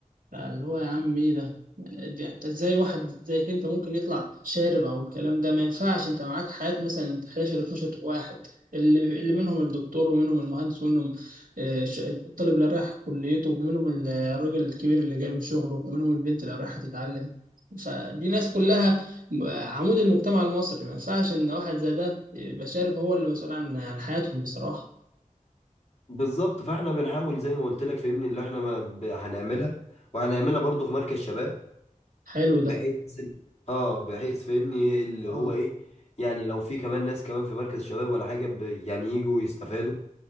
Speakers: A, on the right; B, on the left.
A: بقى اللي هو يا عم ايه ده ده- انت ازاي واحد زيك انت ممكن يطلع شارب او الكلام ده ما ينفعش انت معاك حياة مثلا 11 12 واحد اللي اللي منهم الدكتور ومنهم المهندس ومنهم آه، ش- الطالب اللي رايح كليته ومنهم ال- الراجل الكبير اللي جاي من شغله ومنهم البنت اللي رايحة تتعلم فدي ناس كلها م- عمود المجتمع المصري ما ينفعش ان واحد زي ده يبقى شارب هو اللي مسؤول عن عن حياتهم بصراحة
B: بالظبط فاحنا بنحاول زي ما قلت لك فاهمني اللي احنا ما ب- هنعملها وهنعملها برضو في مركز شباب
A: حلو
B: بحيث
A: ده
B: اه بحيث فاهمني إيه اللي
A: اه
B: هو ايه يعني لو في كمان ناس كمان في مركز شباب ولا حاجة ب... يعني يجوا يستفادوا